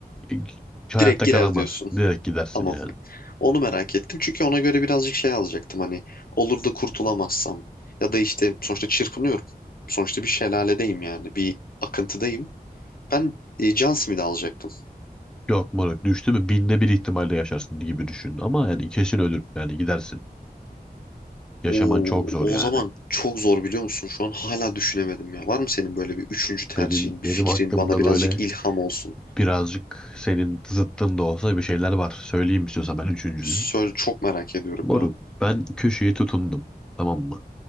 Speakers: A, in the centre; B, on the left.
A: Hiç Hayatta
B: direkt girer
A: kalamaz.
B: diyorsun.
A: Direkt gidersin
B: Tamam.
A: yani.
B: Onu merak ettim. Çünkü ona göre birazcık şey alacaktım hani olur da kurtulamazsam ya da işte sonuçta çırpınıyorum. Sonuçta bir şelaledeyim yani bir akıntıdayım. Ben e, John Smith'i alacaktım.
A: Yok moruk düştü mü binde bir ihtimalle yaşarsın gibi düşün. Ama yani kesin ölür yani gidersin. Yaşaman
B: Oo,
A: çok zor
B: o
A: yani.
B: zaman çok zor biliyor musun? Şu an hala düşünemedim ya. Var mı senin böyle bir üçüncü tercihin,
A: Benim
B: bir
A: benim
B: fikrin
A: aklımda
B: bana birazcık
A: böyle
B: ilham olsun?
A: birazcık senin zıttın da olsa bir şeyler var. Söyleyeyim istiyorsan ben üçüncüyü.
B: Söyle çok merak ediyorum
A: Moruk
B: ya.
A: ben köşeye tutundum tamam mı?